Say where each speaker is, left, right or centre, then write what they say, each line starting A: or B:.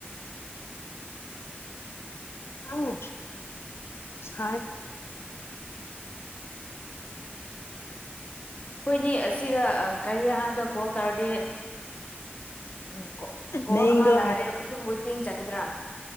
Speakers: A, on the left; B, on the left.
A: ꯍꯥꯎ ꯁꯥꯢ
B: ꯍꯣꯏꯅꯤ ꯑꯁꯤꯗ ꯀꯔꯤ ꯍꯥꯟꯗꯀꯣ ꯇꯧꯔꯗꯤ ꯎ ꯀꯣꯜ
A: ꯃꯌꯤꯡꯗꯣ
B: ꯑꯃ ꯂꯩꯔꯗꯤ
A: ꯍꯥꯏ
B: ꯋꯦꯇꯤꯡ ꯆꯠꯀꯗ꯭ꯔꯥ